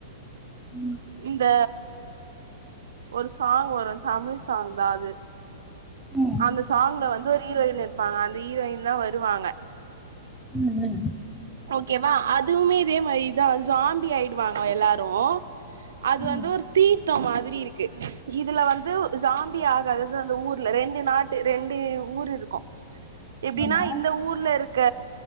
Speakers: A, in the centre; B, on the right.
A: <inaudible>
B: இந்த ஒரு சாங் வரோ தமிழ் சாங்தா அது
A: ம்
B: அந்த சாங்ல வந்து ஒரு ஹீரோயின் இர்ப்பாங்க அந்த ஹீரோயின்தா வருவாங்க
A: உம்
B: ஓகேவா அதும்மே இதே மாரிதா அது ஜோம்பி ஆயிடுவாங்க எல்லாரோ
A: ம்
B: அது வந்து
A: ம்
B: ஒரு தீர்த்தொ மாதி தி இருக்கு இதுல வந்துவ் ஜோம்பி ஆகாதது அந்த ஊர்ல ரெண்டு நாட்டு ரெண்டு ஊர் இருக்கோ எப்டினா
A: ஆமா
B: இந்த ஊர்ல இ க